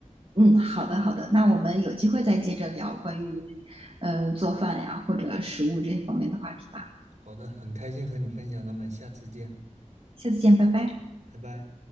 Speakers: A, on the right; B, on the right.
A: 嗯，好的好的，那我们有机会再接着聊关于呃做饭呀或者食物这些方面的话题吧，
B: 好的，很开心和你分享，那么下次见，
A: 下次见，拜拜。
B: 拜拜。